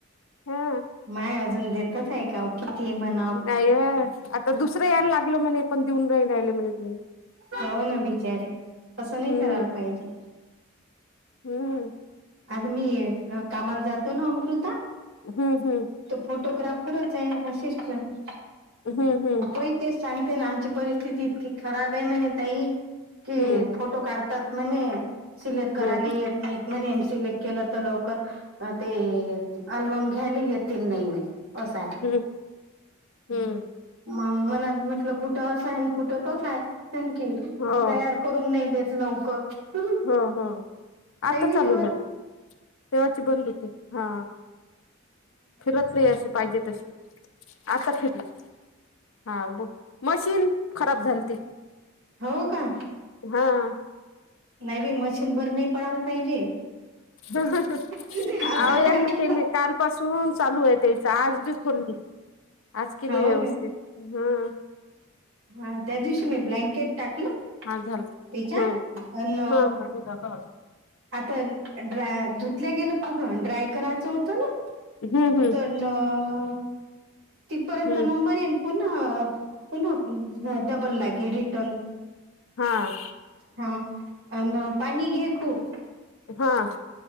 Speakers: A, on the left (about 80°); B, on the right (about 80°).
A: हा.
B: माय अजून देतच आहेका ओ किती मन
A: नाहीय, आता दुसरं यायला लागलं म्हणे पण देऊन नाही राहिले म्हणे तुम्ही.
B: हो ना बिचारे असं नाही
A: हम्म
B: करायला पाहिजे.
A: हम्म.
B: आज मी कामाला जातो ना अमृता
A: हम्म हम्म.
B: तो फोटोग्राफरच आहे असिस्टंट.
A: हम्म हम्म हम्म
B: तो इथ ते सांगते ना. आमची परिस्थिती इतकी खराब आहे म्हणे ताई, की
A: हम्म
B: फोट तो काढतात म्हणे. सिलेक्ट करायला
A: हम्म
B: ये नाहीत म्हणे आणि सिलेक्ट केलं तर लवकर अ ते अल्बम गेले येतील नाही म्हणे असा.
A: हं हम्म.
B: मग मनात म्हटलं कुठं असं आहे आणि कुठ तसं आहे. सांग की
A: हो
B: तयार करून नाही देत लवकर. आहे
A: हो हो, आता
B: की
A: चालू
B: नाही बरं
A: झालं. तेव्हाची बंद होती, हा. फिरत नाही अशी पाहिजे तशी, आता फिरली. हा बोल, मशीन खराब झालती.
B: हो का.
A: हां.
B: नाही बाई मशीन बंद नाही पडालं पाहिजे.
A: अहो
B: किती आधार
A: यांना
B: आहे अंगाला
A: केली, काल पासून चालू हायत. तेच आजबी खोलली, आज केली
B: हो
A: व्यवस्थित
B: का
A: हा.
B: हा त्या दिवशी मी ब्लँकेट टाकलं.
A: हा झालं.
B: त्याच्यात
A: हं हो.
B: अन आता ड्रा धुतल्या गेलं <unintelligible> ड्राय करायचं होतं ना. <unintelligible>
A: हम्म हम्म
B: तिथपर्यंत
A: हम्म
B: नंबर येन. पुन्हा पुन्हा डबल लागे रिटर्न.
A: हां.
B: हं, अन पाणी घे खूप.
A: हां.